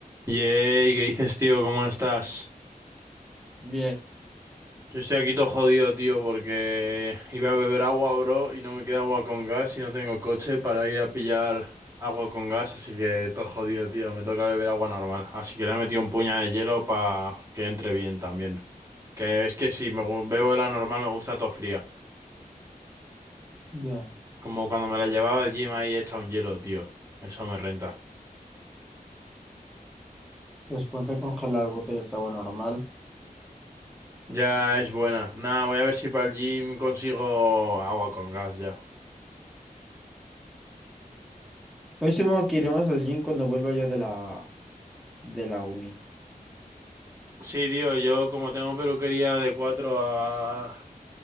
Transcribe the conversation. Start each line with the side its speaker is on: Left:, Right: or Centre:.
Right: Yey, ¿qué dices, tío? ¿Cómo estás?
Centre: Bien,
Right: Yo estoy aquí todo jodido, tío, porque iba a beber agua, bro, y no me queda agua con gas y no tengo coche para ir a pillar agua con gas, así que todo jodido, tío, me toca beber agua normal. Así que le he metido un puñado de hielo para que entre bien también. Que es que si me gu- bebo la normal me gusta todo fría.
Centre: Ya.
Right: Como cuando me la llevaba al gym ahí hecha un hielo, tío. Eso me renta.
Centre: Pues ponte a congelar botellas de agua normal.
Right: Ya es buena. Nada, voy a ver si para el gym consigo agua con gas ya.
Centre: Hoy supongo que iremos al gym cuando vuelva yo de la, de la uni.
Right: Sí, tío, yo como tengo peluquería de 4 a